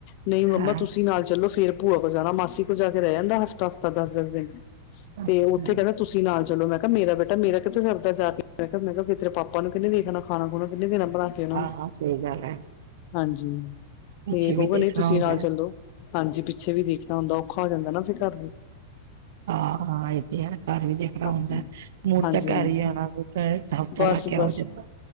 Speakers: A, on the left (about 40°); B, on the right (about 65°).
A: ਨਹੀ ਮੰਮਾ
B: ਹਾਂ
A: ਤੁਸੀਂ ਨਾਲ ਚੱਲੋ ਫੇਰ ਭੂਆ ਕੋ ਜਾਣਾ ਮਾਸੀ ਕੋ ਜਾ ਕੇ ਰਹਿ ਜਾਂਦਾ ਹਫ਼ਤਾ ਹਫ਼ਤਾ ਦਸ-ਦਸ ਦਿਨ। ਤੇ
B: ਅੱਛਾ
A: ਉੱਥੇ ਕਹਿੰਦਾ, ਤੁਸੀਂ ਨਾਲ ਚਲੋ ਮੈ ਕਿਹਾ ਮੇਰਾ ਬੇਟ ਮੇਰਾ ਕਿਤੇ ਸਰਦਾ ਜਾ ਕੇ ਮੈ ਕਿਹਾ ਮੈਂ ਕਿਹਾ ਤੇਰੇ ਪਾਪਾ ਨੂੰ ਕਿਨੇ ਦੇਖਣਾ ਖਾਣਾ ਖੁਣਾ ਕਿੰਨੇ ਦੇਣਾ ਬਣਾ ਕੇ ਉਹਨਾਂ
B: ਹਾਂ-ਹਾਂ
A: ਨੂੰ
B: ਸਹੀ ਗੱਲ ਹੈ।
A: ਹਾਂਜੀ,
B: ਪਿੱਛੇ
A: ਤੇ ਉਹ
B: ਵੀ
A: ਵਾਲੇ,
B: ਦੇਖਣਾ ਹੁੰਦਾ ਹੈ।
A: ਦੋ ਹਾਂਜੀ ਪਿੱਛੇ ਵੀ ਦੇਖਣਾ ਹੁੰਦਾ ਔਖਾ ਹੋ ਜਾਂਦਾ ਨਾ ਫਿਰ ਘਰ ਨੂੰ
B: ਹਾਂ ਏ ਤੇ ਆ ਘਰ ਵੀ ਦੇਖਣਾ
A: ਹਾਂਜੀ
B: ਹੁੰਦਾ ਮੁੜ
A: ਹਾਂਜੀ
B: ਤਾਂ ਘਰ
A: ਹਾਂਜੀ
B: ਹੀ ਆਉਣਾ ਹੁੰਦਾ ਹਫ਼ਤਾ
A: ਬਸ
B: ਲਾਕੇ ਆ
A: ਬਸ
B: ਜਾਂਦਾ